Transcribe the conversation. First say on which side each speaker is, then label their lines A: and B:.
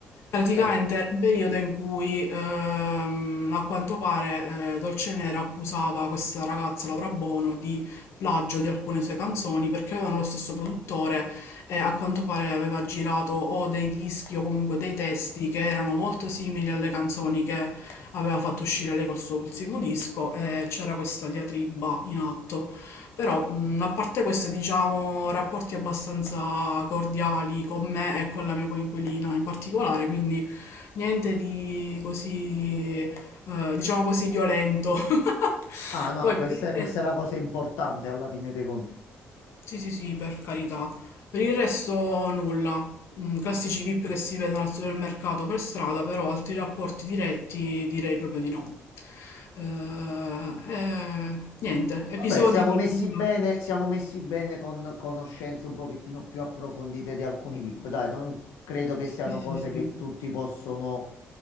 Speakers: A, on the left (about 70°); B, on the left (about 80°).
A: Praticamente
B: bene.
A: era un periodo in cui, ehm, a quanto pare, eh, Dolce Nera accusava questa ragazza, Laura Bono, di plagio di alcune sue canzoni perché avevano lo stesso produttore e a quanto pare aveva girato o dei dischi o comunque dei testi che erano molto simili alle canzoni che aveva fatto uscire lei col suo ultimo disco e c'era questa diatriba in atto. Però, mh, a parte questo, diciamo, rapporti abbastanza cordiali con me e con la mia coinquilina in particolare, quindi niente di così, eh, diciamo così, violento. <laughs>
B: Ah, no,
A: Poi
B: questa,
A: per il
B: questa
A: resto,
B: è la cosa importante alla fine dei conti.
A: sì, sì, sì, per carità. Per il resto nulla. Mm, classici VIP che si vedono al supermercato per strada, però altri rapporti diretti direi proprio di no. Eh, eh, niente, episodi
B: Vabbè, siamo
A: di
B: messi
A: vita.
B: bene, siamo messi bene con conoscenze un pochettino più approfondite di alcuni VIP. Dai, non credo che
A: Sì,
B: siano
A: sì,
B: cose
A: sì.
B: che tutti possono